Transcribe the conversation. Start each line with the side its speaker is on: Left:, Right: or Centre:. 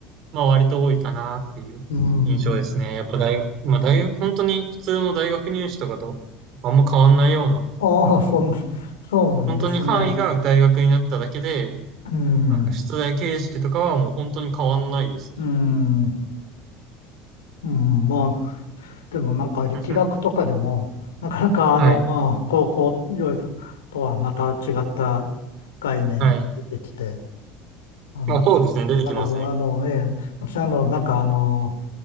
Right: まあ割と多いかなっていう印象ですね。
Left: うん、
Right: やっぱ大学、まあ大学、本当に普通の大学入試とかとあんま変わんないような、
Left: ああ、そん、そうなんですね。
Right: 本当に範囲が大学になっただけで、
Left: うん、
Right: なんか出題形式とかはもう本当に変わんないですね。
Left: うん。うん、まあ、でもなんか力学とかでも、
Right: <laughs>
Left: なかなかあの、
Right: はい、
Left: 高校とはまた違った概念が出てきて、
Right: はい。
Left: あの、
Right: まあそうですね。出てきますね。
Left: わかんないですね。あの、ええ、私あの、なんかあの、